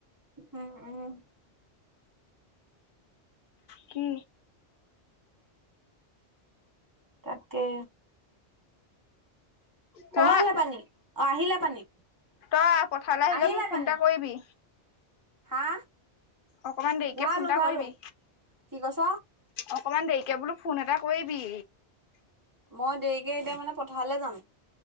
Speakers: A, on the right (about 15°); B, on the left (about 55°).
A: উম উম
B: কি
A: তাকে সোমালে
B: তই
A: পানী অ আহিলে পানী
B: তই পথাৰলৈ
A: আহিলে
B: মোক ফোন
A: পানী
B: এটা কৰিবি
A: হা
B: অকমান দেৰিকে
A: ভৰালো
B: ফোন এটা
A: ভৰালো
B: কৰিবি
A: কি কছ
B: অকমান দেৰিকে বোলো ফোন এটা কৰিবি
A: মই দেৰিকে এতিয়া মানে পথাৰলে যাম